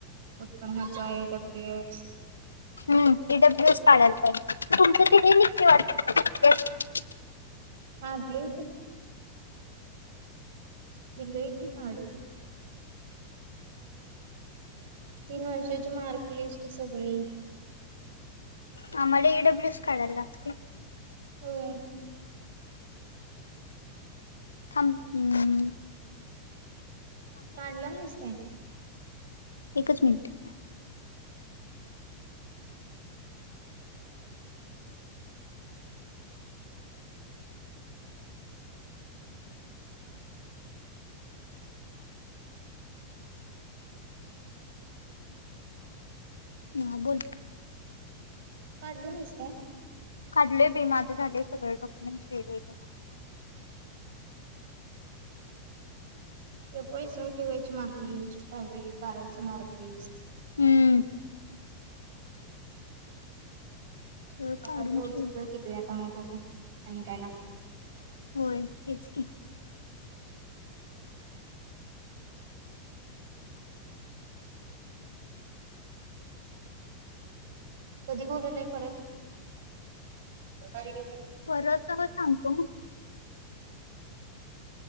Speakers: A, on the right (about 55°); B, on the left (about 75°).
A: उत्पनाचा एक आहे ईडब्ल्युएस.
B: हम् ईडब्ल्यू एस पाढायला पाहिजे तुमचं तिथे निकनयं वाट
A: काढलयं कि. दिलयं कि काढुन. तीन वर्षाची मार्क लिस्ट सगळी.
B: आम्हाला एईडब्ल्यूस काढायला लागते.
A: होय.
B: थांब हम्.
A: काढला नाहिस काय?
B: एकच मिनिट -- म बोल....
A: काढली नाहीस काय?
B: काढले मी माझे झाले सगळे डॉक्युमेंट रेडी आहेत
A: हे पोयसोय टी ववायची मार्कलीस दहावी बारावीचा मार्क लिस्ट....
B: हम्म. सगळं
A: तेवढ
B: काढून ठेवलं
A: सुध दिलो आ त्यामुळे बघू आणि कायला
B: होय हेच की.
A: कधी बोललय परत का?
B: परत परत सांगतो...